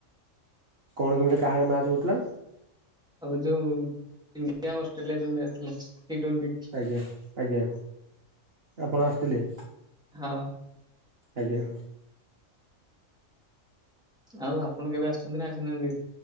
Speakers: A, on the right; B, in the centre.
A: କଣ କେମିତି କାହାର ମ୍ୟାଚ ହଉଥିଲା?
B: ଆଉ ଯୋଉ ଇଣ୍ଡିଆ ଅଷ୍ଟ୍ରେଲିଆ ଯୋଉ ମ୍ୟାଚ ଥିଲା। ଟି ଟ୍ୱେଣ୍ଟି
A: ଆଜ୍ଞା ଆଜ୍ଞା ଆପଣ ଆସିଥିଲେ?
B: ହଁ
A: ଆଜ୍ଞା
B: ଆଉ ଆପଣ କେବେ ଆସିଛନ୍ତି ନା ଆସିନାହାନ୍ତି?